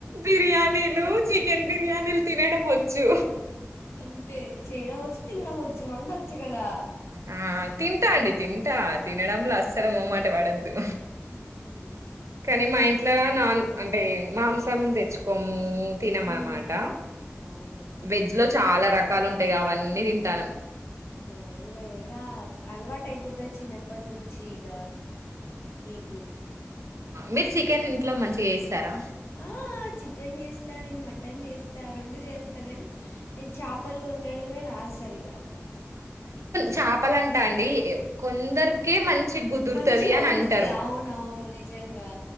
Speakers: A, on the right; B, on the left.
A: బిర్యానీ నీలు చికెన్ బిర్యానీలు తినడం వచ్చు
B: అంతే చేయడం వచ్చు తినడం వచ్చు రెండు వచ్చు కదా
A: ఆ తింటా అండి తింటా తినడంలో అస్సలు మోమాట పడద్దు
B: ఉమ్
A: కానీ మా ఇంట్లో నాన్ అంటే మాంసం తెచ్చుకోము తినం
B: మ్మ్.
A: అన్నమాట
B: అవునా
A: వెజ్ లో చాలా రకాలు ఉంటాయి అవన్నీ తింటాను
B: అవునులే ఇక అలవాటు అయిపోతది చిన్నప్పటి నుంచి ఇక మీకు
A: మీరు చికెన్ ఇంట్లో మంచిగా చేస్తారా
B: ఆ చికెన్ చేస్తా నేను మటన్ చేస్తా రెండు చేస్తా కాని ఇది చాపలుగా వండడమే రాదు సరిగా
A: చాపలంటా అండి కొందరికే మంచి కుదురుతది
B: మంచిగా
A: అని
B: వండుతది
A: అంటారు
B: అవునవును నిజంగా